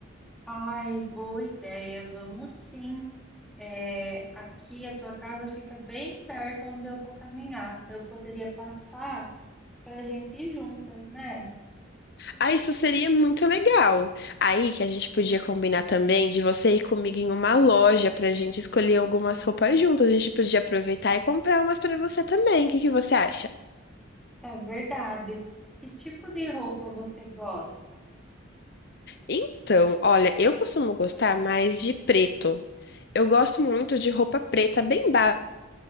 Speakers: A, in the centre; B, on the left.
A: Ai, boa ideia, vamos sim. É, aqui a tua casa fica bem perto onde eu vou caminhar. Daí Eu poderia passar para a gente ir juntas, né?
B: Ah, isso seria muito legal. Aí que a gente
A: Sim,
B: podia combinar também de você ir comigo em uma loja pra gente escolher algumas roupas juntas. A gente podia aproveitar e comprar umas pra você também. O que que você acha?
A: é verdade. Que tipo de roupa você gosta?
B: Então, olha, eu costumo gostar mais de preto. Eu gosto muito de roupa preta bem básica